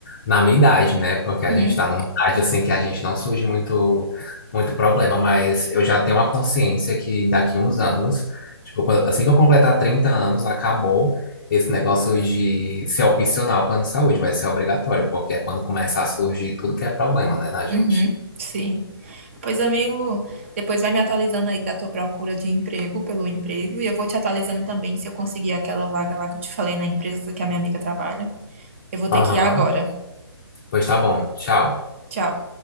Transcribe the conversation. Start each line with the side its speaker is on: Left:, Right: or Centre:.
Left: na minha idade, né? Porque a
Right: uhum,
Left: gente tá numa idade assim que a gente não surge muito, muito problema, mas eu já tenho uma consciência que daqui uns anos, tipo, quando- assim que eu completar 30 anos, acabou esse negócio de ser opcional o plano de saúde, vai ser obrigatório, porque é quando começa a surgir tudo que é problema, né, na gente.
Right: uhum, sim. Pois, amigo, depois vai me atualizando aí da tua procura de emprego, pelo emprego, e eu vou te atualizando também se eu conseguir aquela vaga lá que eu te falei na empresa que a minha amiga trabalha. Eu vou ter
Left: Aham.
Right: que ir agora.
Left: Pois tá bom, tchau.
Right: Tchau.